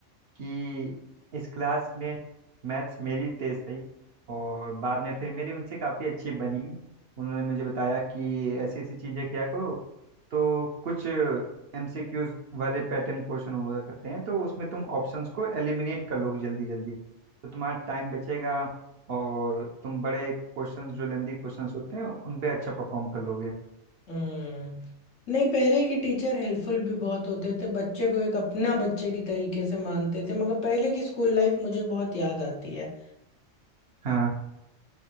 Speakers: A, on the right; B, on the left.
A: कि इस क्लास में मैथ्स मेरी तेज थी और बाद में फिर मेरी उनसे काफ़ी अच्छी बनी उन्होंने मुझे बताया कि ऐसी ऐसी चीज़ें किया करो तो कुछ एमसीक्यूज वाले पैटर्न क्वेश्चन हुआ करते हैं तो उसमें तुम ऑप्शंस को एलिमिनेट कर लोगे जल्दी जल्दी तो तुम्हारा टाइम बचेगा और तुम बड़े क्वेश्चंस जो लेंदी क्वेश्चंस होते हैं उन पे अच्छा परफॉर्म कर लोगे
B: हम्म नहीं पहले के टीचर हेल्पफुल भी बहुत होते थे बच्चे को एक अपना बच्चे की तरीके से मानते थे मगर पहले की स्कूल लाइफ मुझे बहुत याद आती है
A: हाँ